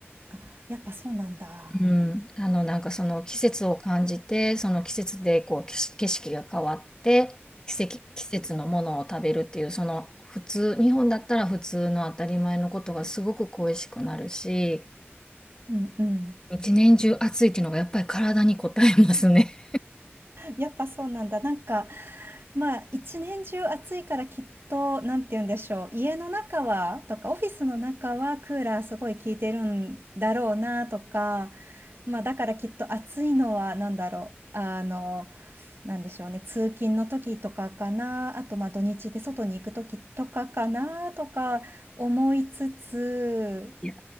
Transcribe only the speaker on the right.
あ、やっぱそうなんだ。
うんうん。
やっぱそうなんだ。なんか、まあ、一年中暑いからきっと、なんて言うんでしょう。家の中は、とか、オフィスの中はクーラーすごい効いてるんだろうな、とか、まあ、だからきっと暑いのは、なんだろう。あの、なんでしょうね。通勤の時とかかな。あと、まあ、土日で外に行く時とかかな、とか思いつつ、